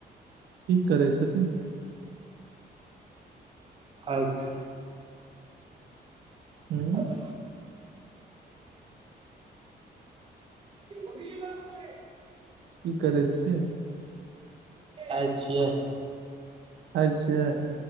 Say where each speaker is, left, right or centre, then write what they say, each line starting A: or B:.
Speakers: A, on the right; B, on the right.
A: की करै छथिन?
B: अछ
A: हूँ?
B: बाह <unintelligible>
A: की करै छियै?
B: आई छीया।
A: खाई छियै?